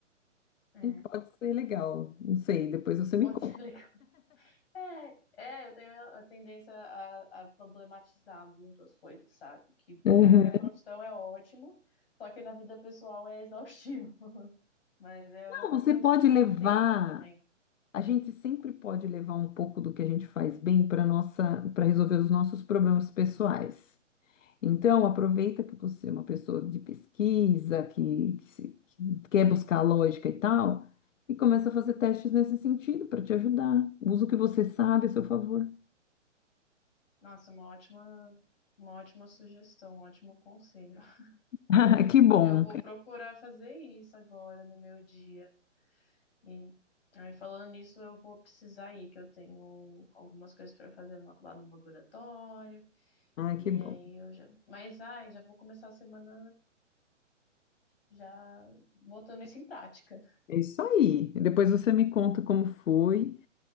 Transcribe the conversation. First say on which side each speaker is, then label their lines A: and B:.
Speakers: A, on the left; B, on the left.
A: É,
B: e pode ser legal. Não sei, depois você me
A: pode
B: conta.
A: ser <laughs> legal. É, é, eu tenho a tendência a, a problematizar muito as coisas, sabe? Que, o
B: Uhum.
A: que na minha profissão é ótimo, só que na vida pessoal é exaustivo. <laughs> Mas é
B: Não,
A: uma coisa
B: você
A: que eu
B: pode
A: fico
B: levar.
A: atenta também.
B: A gente sempre pode levar um pouco do que a gente faz bem para nossa, para resolver os nossos problemas pessoais. Então, aproveita que você é uma pessoa de pesquisa, que, que se- que quer buscar lógica e tal, e começa a fazer testes nesse sentido para te ajudar. Usa o que você sabe a seu favor. <laughs>
A: Nossa, uma ótima, uma ótima sugestão, um ótimo conselho. <laughs>
B: Ah, Que bom.
A: Eu vou procurar fazer isso agora no meu dia. E aí, falando nisso, eu vou precisar ir, que eu tenho algumas coisas para fazer lá lá no laboratório.
B: Ah,
A: E
B: que bom.
A: aí eu já. Mas ai, já vou começar a semana já botando isso em prática,
B: É isso aí. Depois você me conta como foi.